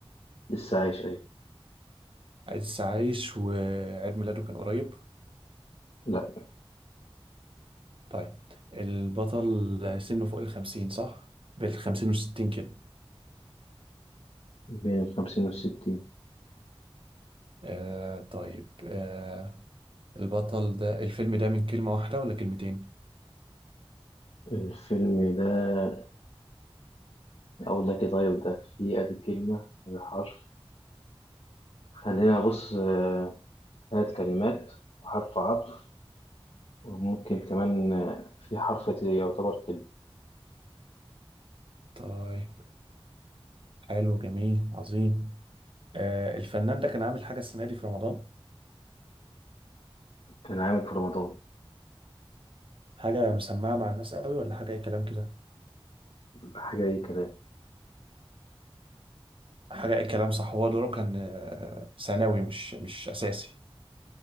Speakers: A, on the left; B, on the right.
A: لسه عايش أيوة
B: لسه عايش وعيد ميلاده كان قريب
A: لأ
B: طيب البطل سنه فوق الخمسين صح؟ بين الخمسين وستين كده
A: بين الخمسين والستين
B: آه طيب آه البطل ده الفيلم ده من كلمة واحدة ولا كلمتين؟
A: الفيلم ده أقول لك إيه طيب ده فيه أدي كلمة أدي حرف خلينا بص آه، تلات كلمات وحرف عطف وممكن كمان آه، في حرف ت- يعتبر كلمة
B: طيب حلو جميل عظيم آه الفنان ده كان عامل حاجة السنة دي في رمضان
A: كان عامل في رمضان
B: حاجة مسمعة مع الناس قوي ولا حاجة أي كلام كده؟
A: حاجة أي كلام
B: حاجة أي كلام صح هو دوره كان آه، ثانوي مش مش أساسي